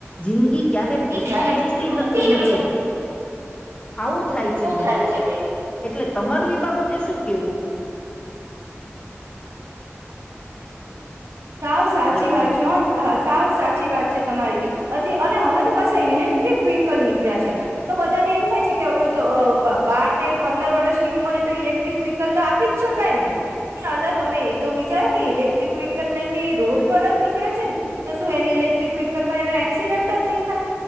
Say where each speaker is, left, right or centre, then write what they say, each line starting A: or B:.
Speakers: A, on the left; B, on the right.
A: જિંદગી ક્યારે પૂરી
B: આવું
A: થઈ જશે એ નક્કી નથી આવું થાય છે બેન
B: થાય છે બેન
A: એટલે તમારું એ બાબતે શું કેવું?
B: સાવ સાચી
A: હલો
B: વાત છે. હા સાવ સાચી વાત છે તમારી હજી અને હવે તો પાછા ઇલેક્ટ્રિક વ્હીકલ નીકળ્યા છે તો બધાને એમ થાય છે કે હવે બાર તેર પંદર વર્ષની ઉંમરે તો ઇલેક્ટ્રિક વ્હીકલ તો આપી જ શકાય ને પણ અલા તમે એ તો વિચારો કે ઇલેક્ટ્રિક વ્હીક લને રોડ પર જ નીકળે છે ને તો શું એની ઇલેક્ટ્રિક વ્હીકલમાં એનો એક્સિડન્ટ જ નહી થાય